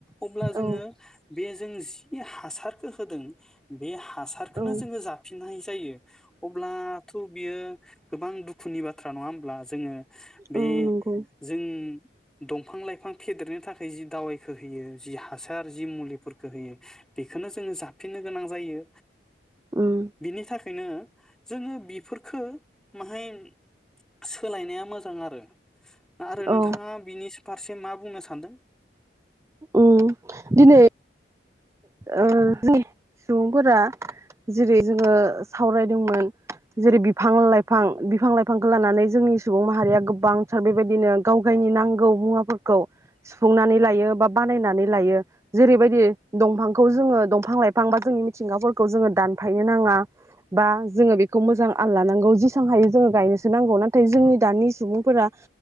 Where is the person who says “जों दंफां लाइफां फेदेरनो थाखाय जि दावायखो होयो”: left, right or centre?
Centre